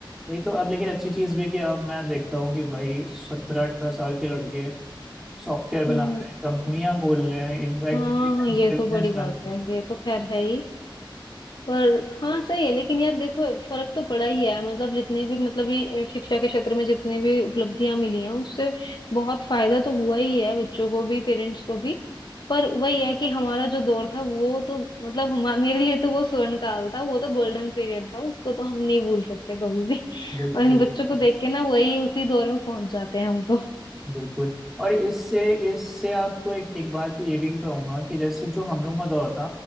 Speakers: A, in the centre; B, on the left.
A: वही तो अब लेकिन अच्छी चीज भी है कि अब मैं देखता हूँ कि भाई सत्रह अठारह साल के लड़के सॉफ्टवेयर बना
B: हम्म
A: रहे हैं कंपनियां खोल रहे हैं इनफैक्ट
B: हाँ
A: बिजनेस
B: ये
A: बिजनेस
B: तो बड़ी बात
A: बन
B: है ये तो खैर है ही पर हाँ सही है लेकिन यार देखो फर्क तो पड़ा ही है मतलब जितने भी मतलब ये शिक्षा के क्षेत्र में जितने भी उपलब्धियां मिली हैं उससे बहुत फायदा तो हुआ ही है बच्चों को भी पेरेंट्स को भी पर वही है कि हमारा जो दौर था वो तो मतलब हमा- मेरे लिए तो वो स्वर्ण काल था वो तो गोल्डन पीरियड था उसको तो हम नहीं भूल सकते कभी भी <laughs>
A: बिल्कुल
B: और इन बच्चों
A: बिल्कुल
B: को देख के ना वही उसी दौर में पहुंच जाते हैं हम तो
A: बिल्कुल और इससे इससे आपको एक एक बात ये भी कहूंगा कि जैसे जो हम लोग का दौर था